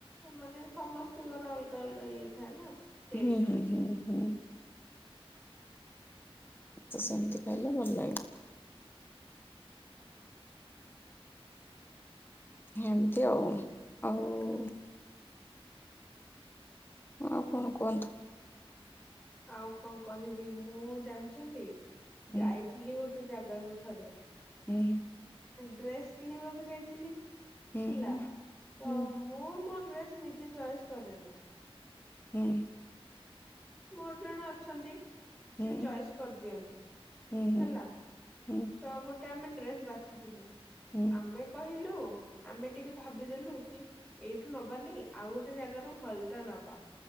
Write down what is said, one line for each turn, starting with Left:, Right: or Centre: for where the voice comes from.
Centre: ମାନେ ସମସ୍ତଙ୍କର ଅଲଗା ଅଲଗା ଇଏ ଥାଏ ନା। ଟେଷ୍ଟ।
Left: ହୁଁ ହୁଁ ହୁଁ ହୁଁ ତ ସେମିତି ଖାଇଲେ ଭଲ ଲାଗେ। ହେମିତି ଆଉ ଆଉ ଆଉ କଣ କୁହନ୍ତୁ?
Centre: ଆଉ କଣ କହିବି ମୁଁ ଜାଣିଛନ୍ତି,
Left: ହୁଁ
Centre: ଯାଇଥିଲି ଗୋଟେ ଜାଗାକୁ ଥରେ।
Left: ହୁଁ
Centre: ଡ୍ରେସ୍ କିଣିବାକୁ ଯାଇଥିଲି
Left: ହୁଁ
Centre: ହେଲା ତ
Left: ହୁଁ
Centre: ମୁଁ ମୋ ଡ୍ରେସ୍ ନିଜେ ଚଏସ୍ କରେନି।
Left: ହୁଁ
Centre: ମୋର ଜଣେ ଅଛନ୍ତି। ସେ
Left: ହୁଁ
Centre: ଚଏସ୍ କରିଦିଅନ୍ତି
Left: ହୁଁ
Centre: ହେଲା
Left: ହୁଁ
Centre: ତ ଗୋଟେ ସେଠି ଆମେ ଡ୍ରେସ ବାଛିଥିଲୁ,
Left: ହୁଁ
Centre: ଆମେ କହିଲୁ ଆମେ ଟିକେ ଭାବିଦେଲୁ କି ଏଇଠୁ ନବାନି ଆଉ ଗୋଟେ ଜାଗାରୁ ଭଲଟା ନବା।